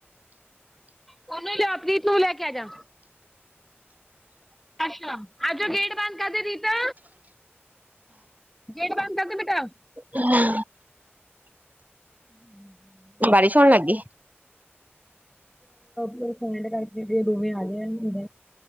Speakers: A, in the centre; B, on the right.
A: ਉਹਨੂੰ ਜਾ ਪ੍ਰੀਤ ਨੂੰ ਲੈ ਕੇ ਆ ਜਾ। ਅੱਛਾ ਅੱਜ ਗੇਡ ਬੰਦ ਕਰਦੇ ਰੀਟਾ ਗੇਟ ਬੰਦ ਕਰਦੇ ਬੇਟਾ।
B: ਹਮ
A: ਹਮ
B: ਬਾਰਿਸ਼ ਹੋਣ ਲੱਗ ਗਈ।
A: ਫਰੈਂਡ ਕ <inaudible> ਰਕੇ ਦੋਵੇਂ ਆ ਜਾਏ ਹੁੰਦੇ।